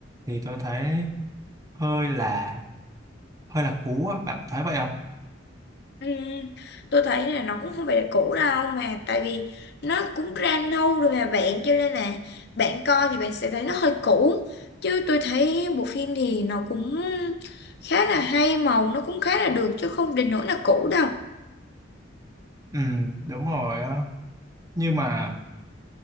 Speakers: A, on the right; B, on the left.
A: thì tôi thấy hơi là hơi là cũ á, bạn thấy vậy không?
B: Ừ, tôi thấy là nó cũng không phải là cũ đâu mà tại vì nó cũng ra lâu rồi mà bạn cho nên là bạn coi thì bạn sẽ thấy nó hơi cũ chứ tôi thấy bộ phim thì nó cũng khá là hay màu nó cũng khá là được chứ không đến nỗi là cũ đâu
A: Ừ, đúng rồi, á. nhưng mà